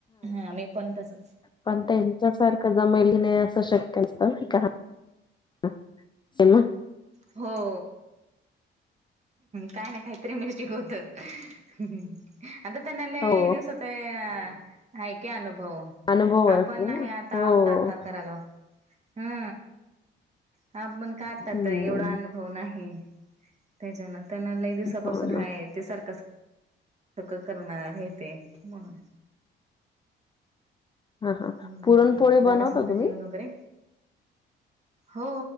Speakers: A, on the right (about 35°); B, on the left (about 25°).
A: हा, मी पण तसचं.
B: पण त्यांच्यासारखं जमली नाही असं शक्य असत का <unintelligible>
A: हो काय ना काहीतरी मेस्टिक होत. हम्म, म अता तनला लई
B: हो
A: दिवसचं हाय की अनुभव
B: अनुभव असतो
A: आपण नाही
B: ना
A: आता,
B: हो
A: आता आता करालाव अ हा पण का आतात
B: हम्म
A: एवढा अनुभव नाही त्याच्यान त्यांना लई दिवसापासून
B: हो ना
A: हाय ते सारख सारखं करणार हे ते म्हणून
B: हा हा
A: मगं
B: पुरणपोळी
A: अक्की, झालं
B: बनवता
A: समद
B: तुम्ही?
A: जेवण वगैरे, हो